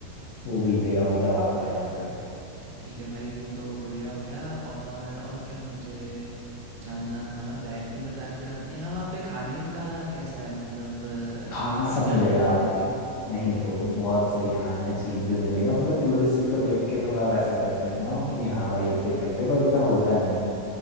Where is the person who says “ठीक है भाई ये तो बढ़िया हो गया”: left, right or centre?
Right